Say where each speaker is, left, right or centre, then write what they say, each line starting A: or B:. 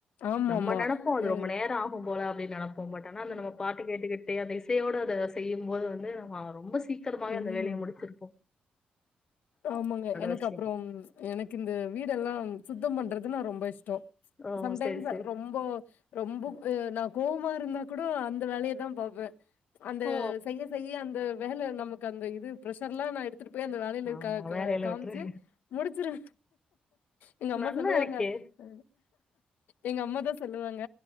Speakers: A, on the left (about 80°); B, on the left (about 20°).
A: ஆமாமா
B: நம்ம நினப்போம் அது
A: அ
B: ரொம்ப நேரம் ஆகும் போல அப்படின்னு நினப்போம் பட் ஆனா அ நம்ம பாட்டு கேட்டுக்கிட்டே அ சேயோட அத செய்யும் போது வந்து மா ரொம்ப சீக்கிரமாவே
A: ம்
B: அந்த வேலைய முடிச்சிருப்போ
A: ஆமாங்க எனக்கு
B: விஷயம்.
A: அப்புறம் எனக்கு இந்த வீடெல்லாம் சுத்தம் பண்றது நா ரொம்ப இஷ் தோ
B: ஓ!
A: சம்டைம்ஸ்
B: சரி, சரி.
A: ரொம்ப ரொம்ப அ நா கோவமா இருந்தா கூட அந்த வேலைய தா பாப்பே அந்த
B: ஓ!
A: செய்ய செய்ய அந்த வேல நமக்கு அந்த இது ப்ரெஷர்ல்லா நா எடுத்துட்டு போய் அந்த வேல
B: ஆமா
A: க க
B: வேலையில
A: காமிச்சு
B: விட்டுரு.
A: முடிச்சிரு எங்க அம்மா
B: நல்லா
A: சொல்லுவாங்க
B: இருக்கே!
A: அ எங்க அம்மா தா சொல்லுவாங்க